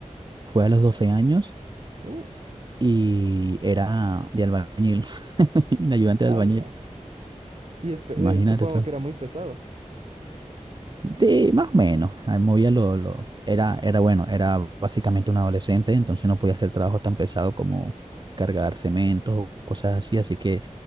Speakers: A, on the right (about 35°); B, on the right (about 50°).
A: fue a los 12 años
B: Uh,
A: y era de albañil, <laughs> de ayudante
B: ala.
A: de albañil.
B: Y espe-
A: Imagínate
B: eh, supongo
A: tú.
B: que era muy pesado.
A: Sí, más o menos. Ahí movía lo, lo- Era, era bueno, era básicamente un adolescente, entonces no podía hacer trabajo tan pesado como cargar cementos o cosas así, así que